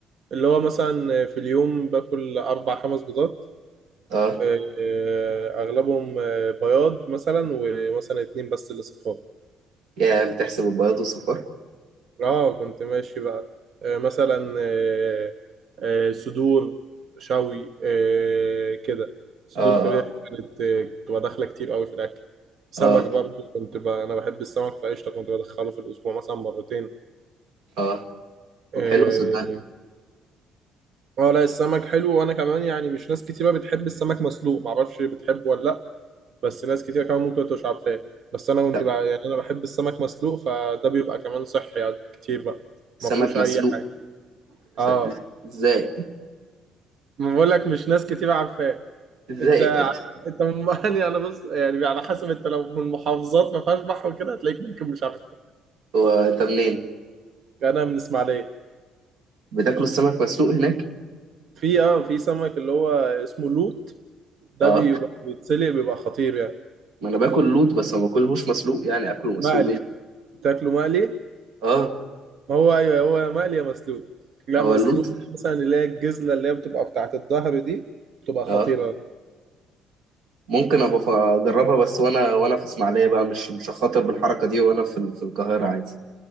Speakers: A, on the right; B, on the right.
A: اللي هو مثلا في اليوم باكل أربع خمس بيضات
B: آه.
A: آه، آه، أغلبهم آه، بياض مثلا ومثلا اتنين بس اللي صفار
B: يا بتحسب البياض والصفار
A: اه كنت ماشي بقى آه مثلا آه آه صدور شوي آه كده صدور
B: اه اه
A: فراخ كانت آه كنت بدخلها كتير قوي في الاكل سمك
B: اه
A: برضو كنت ب... انا بحب السمك فقشطه كنت بدخله في الاسبوع مثلا مرتين
B: اه طب
A: اه
B: حلو صدقني
A: آه، لا السمك حلو وانا كمان يعني مش ناس كتيره بتحب السمك مسلوق معرفش بتحبه ولا لا بس ناس كتير كمان ممكن تبقى مش عارفاه بس انا كنت
B: لا،
A: بقى يعني انا بحب السمك مسلوق فده بيبقى كمان صحي يعني كتير بقى
B: سمك
A: ما فيهوش
B: مسلوق
A: اي حاجه
B: س-
A: اه
B: ازاي
A: ما بقول لك مش ناس كتير عارفاه
B: <laughs> ازاي
A: انت
B: إيه ده
A: انت من <laughs> يعني انا بص يعني على حسب انت لو من محافظات ما فيهاش بحر وكده هتلاقيك ممكن مش عارفها
B: هو انت منين
A: انا من اسماعيليه
B: بتاكلوا السمك مسلوق هناك
A: في اه في سمك اللي هو اسمه لوت ده
B: اه
A: بيبقى بيتسلق بيبقى خطير يعني
B: ما انا باكل لوط بس ما باكلهوش مسلوق يعني اكله مسلوق
A: مقلي
B: ليه
A: تاكله مقلي
B: اه
A: ما هو ايوه هو مقلي يا مسلوق لا
B: هو
A: مسلوق
B: اللوط
A: مثلا اللي هي الجزله اللي هي بتبقى بتاعت الظهر دي بتبقى
B: اه
A: خطيره
B: ممكن ابقى أف- اجربها بس وانا وانا في اسماعيليه بقى مش مش هخاطر بالحركه دي وانا في ال- في القاهره عادي